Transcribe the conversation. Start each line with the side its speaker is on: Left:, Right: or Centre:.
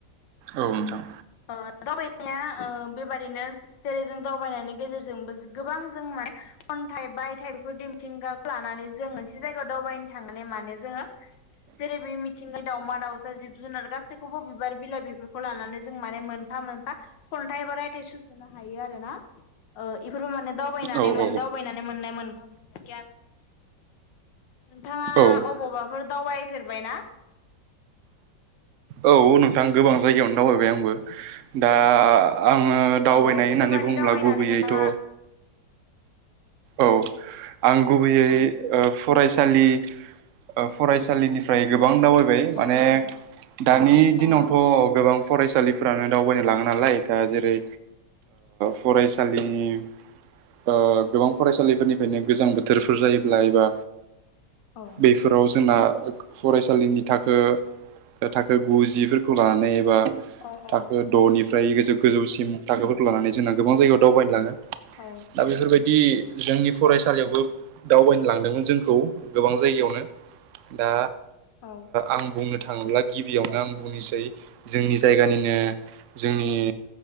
Right: औ नोंथां
Left: अ <unintelligible> ओ बेबायदिनो जेरै जों दावबायनायनि गेजेरजोंबो गोबां जों माने खन्थाइ बायथाइ बेफोर दिमथिंगाखौ लानानै जों मोनसे जायगायाव दावबायनो थाङोन ने माने जोङो जेरै बे मिथिंङाय दाउमा दाउसा जिब जुनार गासैखौबो बिबार बिलाइ बिफोरखौ लानानै जों माने मोनफा मोनफा मोनफा खन्थाइ एबा रायथ सुजुनो हायो आरो ना इफोरबो माने दावबायनानै
Right: औ
Left: मोन
Right: औ
Left: दावबायनानै मोननाय मोनफा मोनफा गियान नोंथाङा
Right: औ
Left: अबावबाफोर दावबायफेरबाय ना
Right: औ नोंथां गोबां जायगायावनो दावबायबाय आंबो दा आङो दावबायनाय
Left: अ बेफोरबादि
Right: होननानै बुंला
Left: दावबायनानै
Right: गुबैयैथ'
Left: नोंथाङा
Right: औ आं गुबैयै
Left: औ
Right: फसालि ओ फरायसानिफ्राय गो बां दावबायबाय माने
Left: औ औ
Right: दानि दिनावथ'
Left: औ नंगौ
Right: गोबां फरायसालिफ्रानो दावबायनो लाङो नालाय दा जेरै फरायसालिनि ओ गोबां फरायसालिफोरनिफ्रायनो गोजां बोथोरफोर जायोब्ला एबा
Left: औ
Right: बेफोराव जोंना फरायसालिनि थाखो थाखो गुजिफोरखौ लानानै एबा
Left: औ औ
Right: थाखो द'निफ्राय गोजौ गोजौसिम थाखोफोरखौ लानानै जोंना गोबां जायगायाव दावबायनो लाङो
Left: औ
Right: दा बेफोरबायदि जोंनि फरायसालियावबो दावबायनो लांदोंमोन जोंखौ गोबां जायगायावनो दा
Left: औ
Right: आं बुंनो थाखाय थाङोब्ला गिबियावनो आं बुंनोसै जोंनि जायगानिनो जोंनि